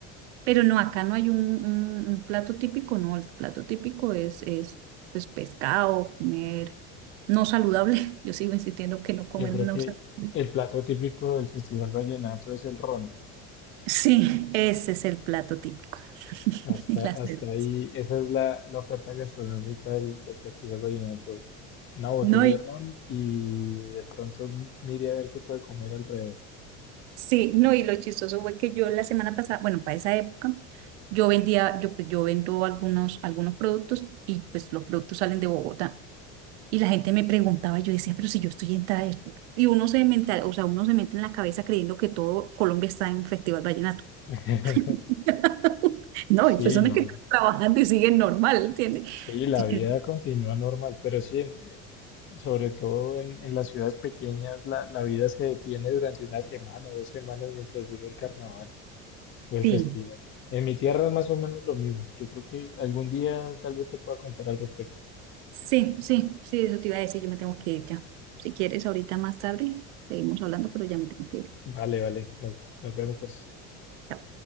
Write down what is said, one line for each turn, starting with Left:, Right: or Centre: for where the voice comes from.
Right: Pero no, acá no hay un, un- un plato típico, no, el plato típico es, es pues pescado, comer no saludable. <laughs> Yo sigo insistiendo que no
Left: Yo
Right: comer
Left: creo
Right: no
Left: que
Right: saludable.
Left: el plato típico del Festival Vallenato es el ron.
Right: Sí, ese es el plato típico. <laughs>
Left: Hasta,
Right: Y las
Left: hasta
Right: cervezas.
Left: ahí, esa es la, la oferta gastronómica del, del Festival Vallenato. Una botella
Right: No, y,
Left: de ron y de pronto mire a ver qué puede comer alrededor.
Right: sí, no, y lo chistoso fue que yo la semana pasada, bueno, para esa época, yo vendía, yo, pues, yo vendo algunos, algunos productos y pues los productos salen de Bogotá. Y la gente me preguntaba, yo decía, pero si yo estoy en tal... Y uno se mental, o sea, uno se mete en la cabeza creyendo que todo Colombia está en Festival Vallenato.
Left: <laughs>
Right: <laughs> No, hay
Left: Sí,
Right: personas
Left: no.
Right: que están trabajando y siguen normal, ¿entiendes?
Left: Sí, la
Right: Sí,
Left: vida
Right: yo-
Left: continúa normal, pero sí, en- eh, sobre todo en, en las ciudades pequeñas, la, la vida se detiene durante una semana o dos semanas mientras dure el carnaval. o el
Right: sí,
Left: festival. En mi tierra es más o menos lo mismo. Yo creo que algún día tal vez te pueda contar al respecto.
Right: sí, sí, sí, eso te iba a decir, yo me tengo que ir ya. Si quieres, ahorita más tarde, seguimos hablando, pero ya me tengo que ir.
Left: Vale, vale. Nos, nos vemos pues.
Right: Chao.